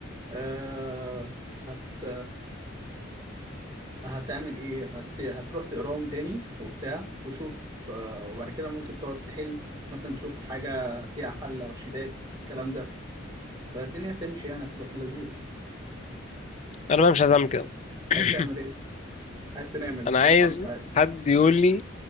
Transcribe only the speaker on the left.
انا بقى مش عايز اعمل كده <clears throat>
<coughs>
انا
عايز
حد يقول لي